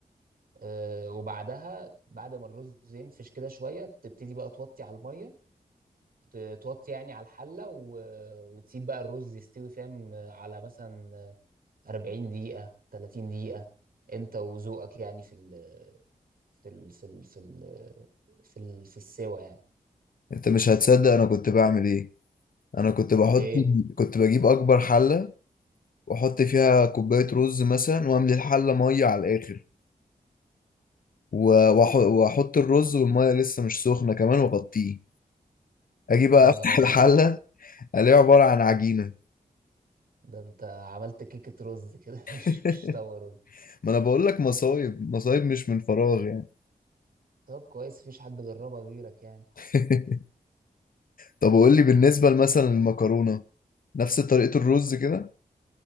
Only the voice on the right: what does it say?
آه، وبعدها بعد ما الرز ينفش كده شويه تبتدي بقى توطي على الميه ت- توطي يعني على الحله و... وتسيب بقى الرز يستوي فاهم آه، على مثلا 40 دقيقه 30 دقيقه انت وذوقك يعني في ال... في ال... في ال... في ال... في ال... في السوا يعني
ايه
يا نهار
ابيض
ده انت عملت كيكه رز كده <laughs> مش
مش طوى رز
طب كويس مفيش حد جربها غيرك يعني